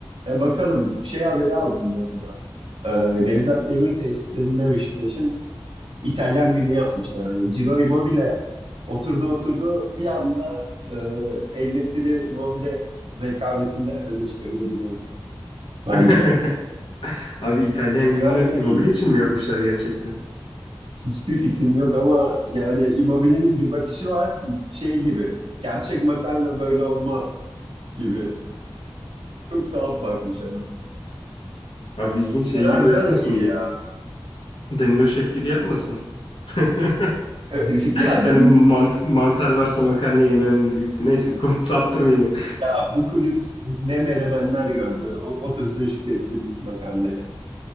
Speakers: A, on the right; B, on the left.
A: E bakalım şey haberi aldım bu arada. Ee, Nevzat Demir tesislerinde Beşiktaş'ın İtalyan günü yapmışlar. Hani Ciro Immobile oturdu oturdu bir anda e, El Nesiri Immobile rekabetinde öne çıkabilir Immobile bence.
B: <laughs> Abi İtalyan
A: Fener
B: gününü
A: de
B: Immobile
A: iyi ya.
B: için mi yapmışlar gerçekten?
A: Hiçbir fikrim yok ama yani Immobile'nin bir bakışı var şey gibi. Gerçek makarna böyle olmaz gibi. Çok tuhaf bakmış adam.
B: Abi ilginç şey
A: Fener
B: gibi yapmasın.
A: de iyi ya.
B: <clears throat> Danilo Şef gibi yapmasın. <laughs>
A: <laughs> Ya
B: Hani
A: ben
B: mant mantar varsa makarna yemem deyip. Neyse <laughs> konu saptırmayayım
A: ya bu kulüp ne menemenler gördü. O- otursun şükretsin makarnaya.